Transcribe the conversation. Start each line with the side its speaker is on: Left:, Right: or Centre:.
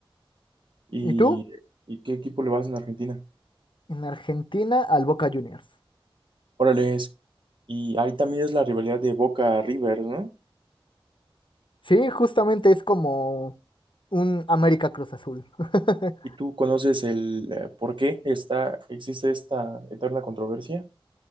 Right: ¿Y,
Left: ¿Y tú?
Right: y qué equipo le vas en Argentina?
Left: En Argentina, al Boca Juniors.
Right: Órale, es. Y ahí también es la rivalidad de Boca River, ¿no?
Left: Sí, justamente es como un América Cruz Azul. <laughs>
Right: ¿Y tú conoces el eh, por qué está, existe esta eterna controversia?